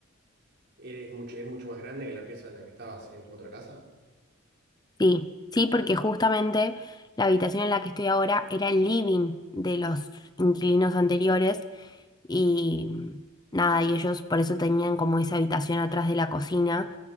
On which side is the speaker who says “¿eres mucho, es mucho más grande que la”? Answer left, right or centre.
Right